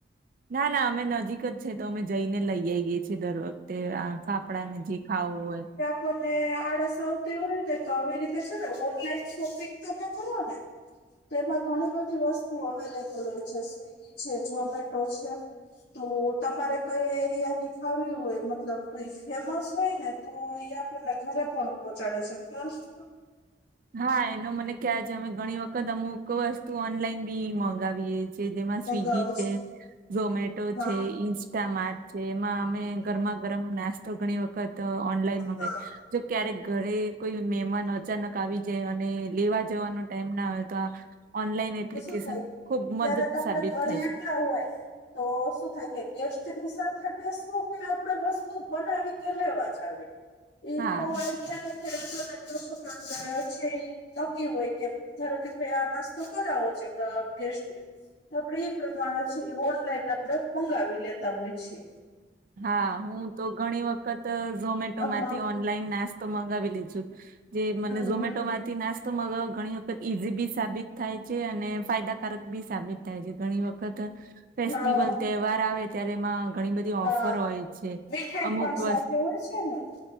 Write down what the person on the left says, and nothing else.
મને આળસ આવતી હોય ને તો આવી રીતે છે ને ઓનલાઈન શોપિંગ તોમે કરું ને.
તેમાં ઘણી બધી વસ્તુ અવેલે બલ હોય છે સ્વિગી છે ઝોમેટો છે. તો તમારે કઈ એરિયા ની ખાવી હોય મતલબ. તો એ ફેમસ હોય ને તો એ આપણને ઘરે પણ પહોંચાડે છે ખ્યાલ છે તો.
મંગાવો
છો
હા
હા
આમાં
શું થાય
ક્યારેક
આપડે
ઘરે
એકલા હોય તો શું થાય કે ગેસ્ટની સાથે બેસવું કે આપણેે વસ્તુ બનાવી કે લેવા જાવી. એ
થયાને <inaudible> તો શું સાંભળો છે નકી હોય કે ધાર કે ભાઈ આ નાસ્ તો તો છે ગેસ્ટને તો આપણેે એ પ્રમાણે છે એ ઓનલાઈન આપણે મંગાવી લેતા હોય છે્
હા
હમ
હા
હ
મીઠાઈ
પણ સાથે
હોય છે ને.